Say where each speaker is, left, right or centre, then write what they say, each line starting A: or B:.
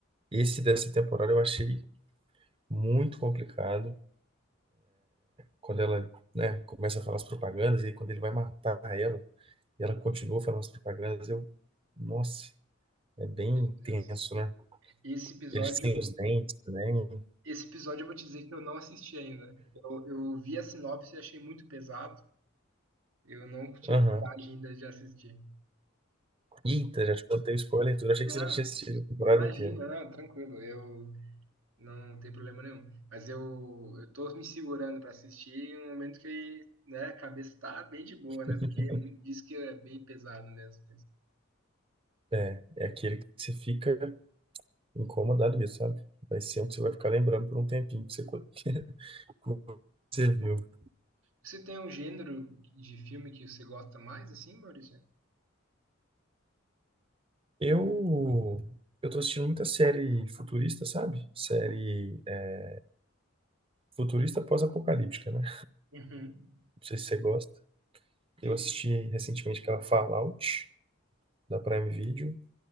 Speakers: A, on the right (about 30°); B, on the right (about 85°).
A: Esse dessa temporada eu achei muito complicado. Quando ela, né, começa a falar as propagandas, e aí quando ele vai matar ela, e ela continua falando as propagandas, eu. Nossa, é bem
B: meu
A: intenso,
B: Deus.
A: né?
B: Esse episódio,
A: Eles têm os dentes também.
B: esse episódio eu vou te dizer que eu não assisti ainda. Eu, eu vi a sinopse e achei muito pesado. Eu não tive
A: Aham.
B: coragem ainda de assistir.
A: Eita, já te contei o spoiler e tudo. Achei
B: Não,
A: que você já tinha assistido a temporada
B: imagina,
A: inteira.
B: não, tranquilo, eu não tem problema nenhum. Mas eu, eu tô me segurando para assistir em um momento que, né, a cabeça tá bem de boa,
A: <laughs>
B: né? Porque é muito- diz que é bem pesado mesmo.
A: É, é aquele que você fica incomodado mesmo, sabe? Vai ser um que você vai ficar lembrando por um tempinho que você, co- <laughs> você viu.
B: Você tem um gênero de filme que você gosta mais, assim, Maurício?
A: Eu, eu tô assistindo muita série futurista, sabe? Série é, futurista pós-apocalíptica, né?
B: Uhum.
A: Não sei se você gosta. Eu
B: Que-
A: assisti recentemente aquela Fallout, da Prime Video,